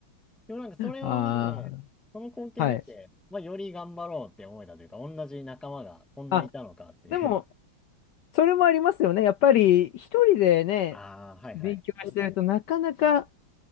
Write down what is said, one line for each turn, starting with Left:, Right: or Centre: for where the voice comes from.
Centre: でもなんかそれを見て、
Left: あ
Centre: その光景見て、
Left: あ、はい。
Centre: まあより頑張ろうって思えたというか、同じ仲間がこんないたのかっていう。
Left: あ、でも、それもありますよね。やっぱり一人でね、
Centre: ああ、はいはい。
Left: 勉強してるとなかなか、